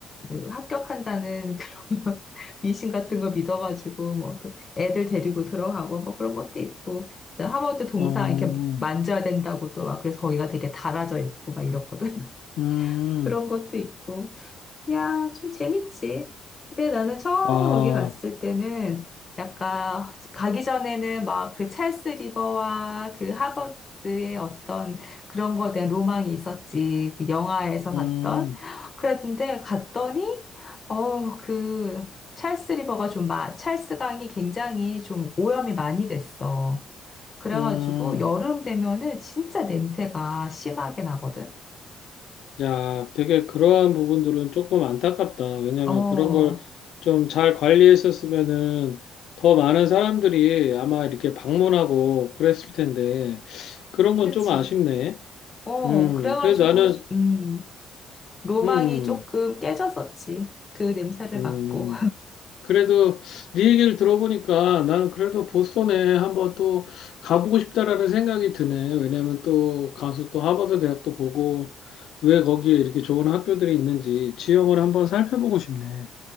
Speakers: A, on the left; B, on the left.
A: 그 합격한다는 그런 <laughs> 미신 같은 거 믿어가지고 뭐또 애들 데리고 들어가고 뭐 그런 것도 있고 또 하버드 동상
B: 어,
A: 이렇게 만져야 된다고 또 막 그래서 거기가 되게 달아져 있고 막 이렇거든
B: 음,
A: <laughs> 그런 것도 있고 야, 좀 재밌지. 근데 나는 처음에
B: 와,
A: 거기 갔을 때는 약간 가기 전에는 막 그 찰스 리버와 그 하버드의 어떤 그런 거에 대한 로망이 있었지. 그 영화에서
B: 음,
A: 봤던. 그랬는데 갔더니 어, 그 찰스 리버가 좀 마, 찰스 강이 굉장히 좀 오염이 많이 됐어. 그래가지고
B: 음.
A: 여름 되면은 진짜 냄새가 심하게 나거든.
B: 야, 되게 그러한 부분들은 조금 안타깝다. 왜냐면
A: 어,
B: 그런 걸 좀 잘 관리했었으면은 더 많은 사람들이 아마 이렇게 방문하고 그랬을 텐데, 그런 건
A: 그치.
B: 좀 아쉽네.
A: 어,
B: 음,
A: 그래가지고,
B: 그래도 나는,
A: 음, 로망이
B: 음,
A: 조금 깨졌었지. 그 냄새를
B: 음.
A: 맡고.
B: 음. 그래도 네 얘기를 들어보니까 나는 그래도 보스턴에 한번 또 가보고 싶다라는 생각이 드네. 왜냐면 또 가서 또 하버드 대학도 보고 왜 거기에 이렇게 좋은 학교들이 있는지 지형을 한번 살펴보고 싶네.